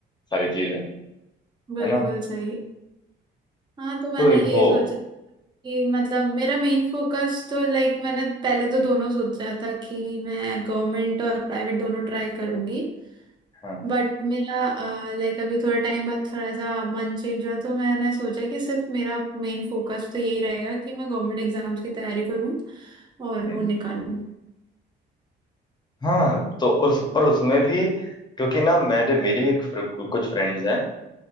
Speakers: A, on the left (about 20°); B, on the right (about 20°).
A: सारी चीजें
B: बिल्कुल
A: है ना
B: सही हाँ तो मैंने
A: तो ये
B: यही
A: वो
B: सोचा कि मतलब मेरा मेन फोकस तो लाइक मैंने पहले तो दोनों सोचा था कि मैं गवर्नमेंट और प्राइवेट दोनों ट्राई करूंगी
A: हाँ
B: बट मेरा लाइक अभी थोड़े टाइम बाद थोड़ा सा मन चेंज हुआ तो मैंने सोचा कि सिर्फ मेरा मेन फोकस तो यही रहेगा कि मैं गवर्नमेंट एग्जाम्स की तैयारी करूं और
A: हम्म।
B: वो निकालूं
A: हाँ तो और उस, और उसमें भी क्योंकि ना मेरे मेरी एक फ्र- कुछ फ्रेंड्स हैं